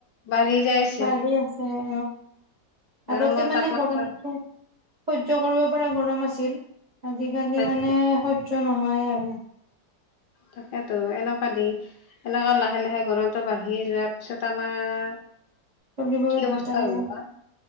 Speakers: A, on the left; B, on the right.
A: বাঢ়ি যাই আছে।
B: বাঢ়ি আছে অ
A: গৰমৰ
B: আগতে মানে
A: তাপমাত্ৰা
B: গৰম আছো সহ্য কৰিব পৰা গৰম আছিল। আজিকালি
A: আজি
B: মানে সহ্য নহয় আৰু।
A: তাকেতো এনেকুৱা দি এনেকুৱা লাহে লাহে গৰমো বাঢ়ি যোৱাৰ পিছত আমাৰ
B: চলিব
A: কি
B: দিগদাৰ
A: অৱস্থা
B: হ'ব।
A: বা